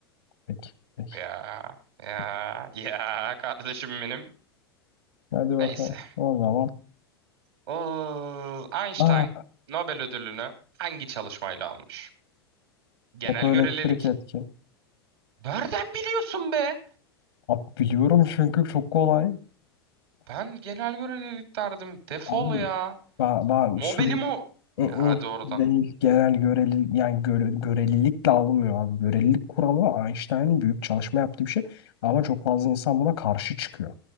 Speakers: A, on the left; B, on the right.
A: Peki. Peki.
B: Ya ya
A: Peki.
B: ya kardeşim benim.
A: Hadi bakalım.
B: Neyse.
A: O zaman.
B: O Einstein
A: Aa,
B: Nobel ödülünü hangi çalışmayla almış? Genel
A: fotoelektrik
B: görelilik.
A: etki.
B: Nereden biliyorsun be?
A: Abi biliyorum çünkü çok kolay.
B: Ben genel görelilik derdim. Defol
A: Abi
B: ya.
A: ben, ben
B: Nobel'im
A: sürekli
B: o.
A: Mm-mm,
B: Ya doğrudan.
A: değil. Genel göreli, yani göre, görelilikle alınmıyor abi. Görelilik kuralı Einstein'ın büyük çalışma yaptığı bir şey. Ama çok fazla insan buna karşı çıkıyor.